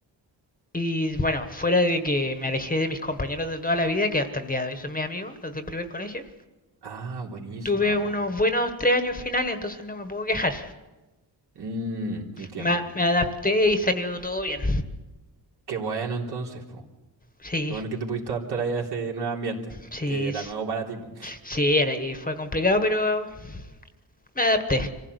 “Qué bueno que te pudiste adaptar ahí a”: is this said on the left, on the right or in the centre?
Right